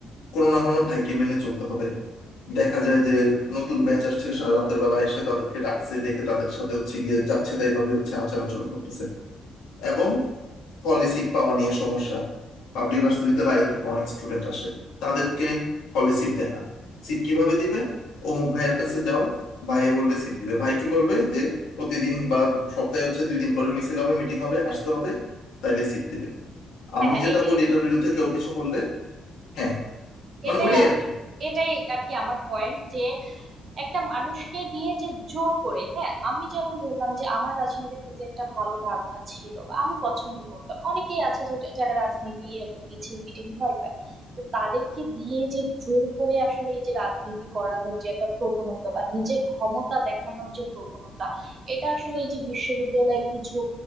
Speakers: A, on the left (about 90°); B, on the right (about 45°).
A: কোনো না কোনো ভাইকে মেনে চলতে হবে দেখা যায় যে নতুন ব্যাচ আসছে সা- রাতের বেলা এসে তাদেরকে ডাকছে ডেকে তাদের সাথে হচ্ছে গিয়ে যাচ্ছে তাই ভাবে হচ্ছে আচার আচরণ করতেছে এবং হলে সিট পাওয়া নিয়ে সমস্যা পাবলিক ভার্সিটিতে বাইরে থেকে অনেক স্টুডেন্ট আসে তাদেরকে হলে সিট দেয় না সিট কিভাবে দিবে অমুক ভাইয়ের কাছে যাও ভাইয়ে বললে সিট দিবে ভাই কি বলবে যে প্রতিদিন বা সপ্তাহে হচ্ছে দুই দিন করে মিছিল হবে মিটিং হবে আসতে হবে তাইলে সিট দিবে আমি
B: হ্যাঁ হ্যাঁ
A: যেটা
B: এই যে
A: বলি এটার বিরুদ্ধে কেউ কিছু বললে হ্যাঁ মানে
B: এটাই
A: ওইটাই
B: আম-
A: আর কি
B: এটাই আর কি আমার পয়েন্ট যে একটা মানুষকে দিয়ে যে জোর করে হ্যাঁ আমি যেমন বললাম যে আমার রাজনীতির প্রতি একটা ভালো ধারণা ছিল বা আমি পছন্দ করতাম অনেকেই আছে যেটা- যারা রাজনীতি এরকম মিছিল মিটিং ভয় পায় তো তাদেরকে দিয়ে যে জোর করে আসলে এই যে রাজনীতি করানোর যে একটা প্রবণতা বা নিজের ক্ষমতা দেখানোর যে প্রবণতা এটা আসলে এই যে বিশ্ববিদ্যালয়ের কিছু